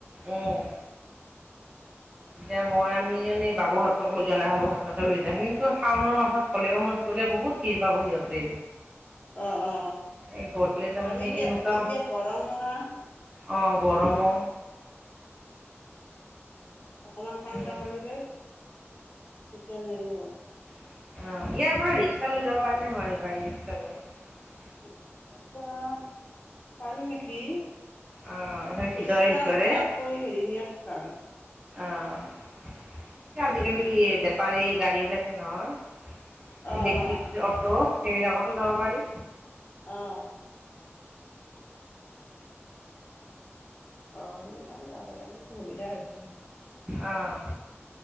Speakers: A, on the right; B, on the left.
A: অ', দে মই আমি এনে বাবুহতক লৈ যোৱা নাই বাবুহতকে লৈ যাম, কিন্তু শাওণৰ মাহত হ'লেও ম গলে বহুত ভিৰ পাব সিহঁতে।
B: অ অ অ
A: এই গলে যে <unintelligible>
B: আৰু এতিয়া
A: এনেকুৱা
B: এতিয়া গৰমৰ না
A: অ', গৰমো
B: অকণমান ঠাণ্ডা
A: উম,
B: পৰিলে চিকেন হেৰি হ'ল
A: অ', ইয়াৰ পৰা ৰিক্সা লৈ যাব পাৰি নে নোৱাৰিম বা ইৰিক্সা লৈ?
B: এনেকুৱা পাৰি নেকি। ইৰিক্সা
A: অ' এইফালে ভিতৰে ভিতৰে
B: নিয়াতকৈ হেৰি নিয়াত ভাল।
A: অ', আজিকালি বেটাৰী গাড়ী ওলাইছে নহয়।
B: অ
A: ইলেক্ট্ৰিক
B: অ
A: যে অ'ট' সেইবিলাকতো যাব পাৰি।
B: অ', অ', সেইবিলাকো যাব পাৰে আৰু সুবিধা হৈছে।
A: অ',